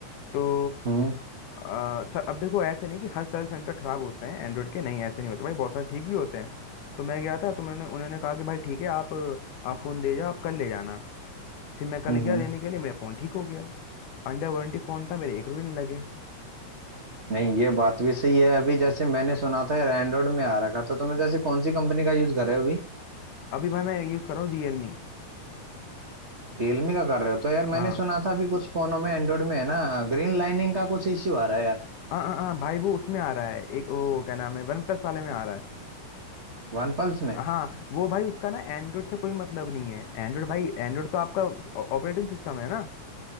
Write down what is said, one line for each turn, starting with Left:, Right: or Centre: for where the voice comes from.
Left: तो
Right: हम्म
Left: आ, सर, अब देखो ऐसे नहीं कि हर सर्विस सेंटर खराब होते हैं एंड्रॉइड के नहीं ऐसे नहीं होते भाई बहुत सारे ठीक भी होते हैं तो मैं गया था तो मैंने उन्होंने कहा कि भाई ठीक है आप आप फोन दे जाओ आप कल ले जाना फिर मैं कल
Right: हम्म
Left: गया
Right: हम्म।
Left: लेने के लिए मेरा फोन ठीक हो गया अंडर वारंटी फोन था मेरे एक रुपये नहीं लगे
Right: नहीं ये बात भी सही है अभी जैसे मैंने सुना था यार एंड्रॉइड में आ रखा था तुम्हें जैसे कौन सी कंपनी का यूज कर रहे हो अभी
Left: अभी भाई मैं यूज कर रहा हूँ रियलमी
Right: रियलमी का कर रहे हो तो यार
Left: हाँ,
Right: मैंने सुना था अभी कुछ फोनों में एंड्रॉइड में है ना ग्रीन लाइनिंग का कुछ इश्यू आ रहा है यार
Left: हाँ हाँ हाँ भाई वो उसमें आ रहा है एक वो क्या नाम है वन प्लस वाले में आ रहा है
Right: वन प्लस में
Left: हाँ वो भाई उसका ना एंड्रॉइड से कोई मतलब नहीं है एंड्रॉइड भाई एंड्रॉइड तो आपका ऑपरेटिंग सिस्टम है ना